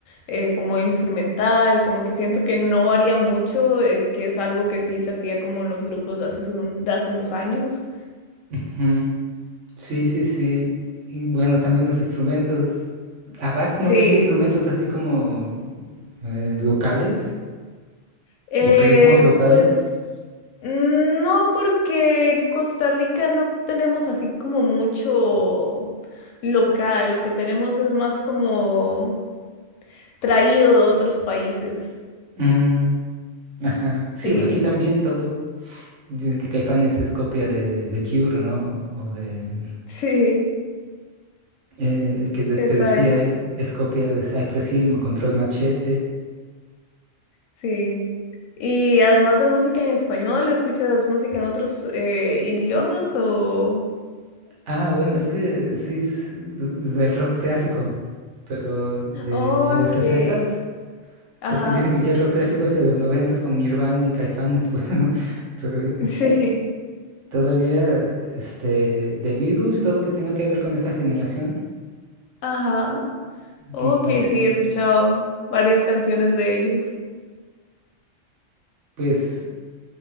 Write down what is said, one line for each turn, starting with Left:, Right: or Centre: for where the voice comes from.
Left: eh, como instrumental, como que siento que no varía mucho, eh, que es algo que sí se hacía como en los grupos de hace, un- de hace unos años.
Right: Ujú. Sí, sí, sí. Y bueno, también los instrumentos. ABAC
Left: Sí,
Right: no mete instrumentos así como eh, locales
Left: eh,
Right: o ritmos locales.
Left: pues mm, no porque en Costa Rica no tenemos así como mucho local, lo que tenemos es más como... traído de otros países.
Right: Mm, ajá. Sí,
Left: Sí,
Right: aquí también todo. Dicen que Caifanes es copia de, de Cure, ¿no? O, o de
Left: <laughs> sí,
Right: eh, que de-
Left: exacto,
Right: te decía, eh, es copia de Cypress Hill, Ma- Control Machete.
Left: sí. Y además de música en español, ¿escuchas música en otros eh, idiomas o...?
Right: Ah, bueno, es que sí es de rock clásico, pero de,
Left: oh,
Right: de los
Left: Ok,
Right: sesentas,
Left: ajá,
Right: porque dicen que ya el rock clásico es de los noventas con Nirvana y Caifanes, pues, ¿no? <laughs> pero eh,
Left: <laughs> sí,
Right: todavía este, The Beatles, todo lo que tenga que ver con esa generación
Left: ajá, oh,
Right: y con,
Left: ok, sí, he escuchado varias canciones de ellos.
Right: pues,